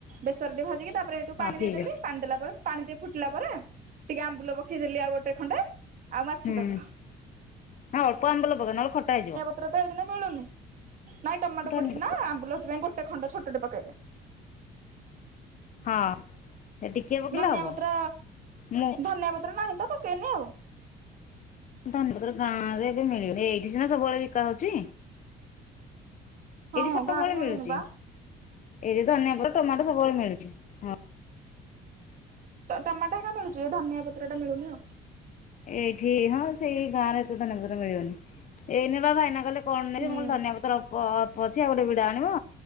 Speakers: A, on the right; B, on the left.
A: ବେସର ଟି ଭାଜିକି ତାପରେ ସେଠୁ
B: ହଁ
A: ପାଣି
B: ଠିକ
A: ଦେଇଦେଲି
B: ଅଛି।
A: ପାଣି ଦେଲା ପରେ ପାଣି ଟିକେ ଫୁଟିଲା ପରେ, ଟିକେ ଆମ୍ବୁଲ ପକେଇଦେଲି ଆଉ ଗୋଟେ ଖଣ୍ଡେ ଆଉ ମାଛ
B: ହୁଁ ନା
A: ତକ
B: ଅଳ୍ପ ଆମ୍ବଲ ପକା ନହେଲେ ଖଟା ହେଇଯିବ।
A: <unintelligible> ତ ଏଇ ଦିନ ମିଳୁନି ନାଇଁ ଟମାଟୋ
B: ଧନିଆ
A: ପଡ଼ିଚିନା
B: ପତ୍ର
A: ଆମ୍ବୁଲ ସେଥିପାଇଁ ଗୋଟେ ଖଣ୍ଡ ଛୋଟଟେ ପକେଇଲି।
B: ହଁ। ଟିକେ ପକେଇଲେ
A: ଧନିଆ
B: ହବ
A: ପତ୍ର
B: ମୁଁ
A: ଧନିଆ ପତ୍ର ନାହିଁତ ପକେଇନି ଆଉ।
B: ଧନୀପତ୍ର ଗାଁରେ ଏବେ ମିଳିବନି ଏଇଠି ସିନା ସବୁବେଳେ ବିକା ହଉଚି।
A: ହଁ
B: ସବୁବେଳେ
A: ଗାଁରେ ମିଳୁନିବା।
B: ମିଳୁଛି। ଏଇଠି ଧନିଆ ପତ୍ର ଟମାଟୋ ସବୁବେଳେ ମିଳୁଛି। ହଁ
A: ତ ଟମାଟାଟା ମିଳୁଚି ଧନିଆ ପତ୍ରଟା ମିଳୁନି ଆଉ।
B: ଏଇଠି ହଁ ସେଇ ଗାଁରେ ଏତେ ଧନିଆ ପତ୍ର ମିଳିବନି ଏଇନେବା ଭାଇନା କଲେ କଣ ନାଇଁ
A: ହୁଁ
B: ମୁଁକଇଁନି ଧନିଆ ପତ୍ର ପଛି ଆଉ ଗୋଟେ ବିଡ଼ା ଆଣିବ